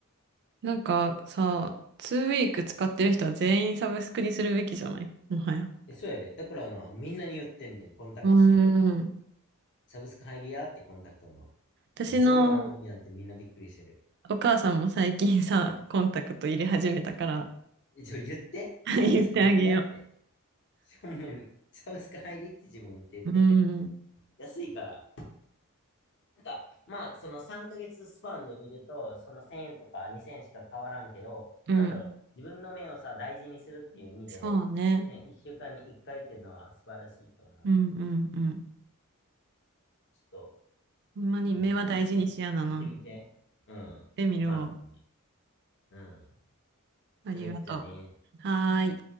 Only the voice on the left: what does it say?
え、そうやで。だからな、みんなに言ってんねん。コンタクトつけてる。
サブスク入りやってコンタクトの。
え、そんなんあるんやってみんなびっくりしてる。
え、ちょ、言って。
サブスク入りやって。
ほんまに。サブスク入りって自分言って言って。
安いから。なんか、まあ、その3ヶ月スパンで見ると、その1000円とか2000円しか変わらんけど、
なんだろう。自分の目をさ、大事にするっていう意味で、
ね、1週間に1回っていうのは素晴らしいと思う。
ちょっと、
これ言ってみ、そう言言ってみて。うん。
お母さんに。うん。
それじゃね。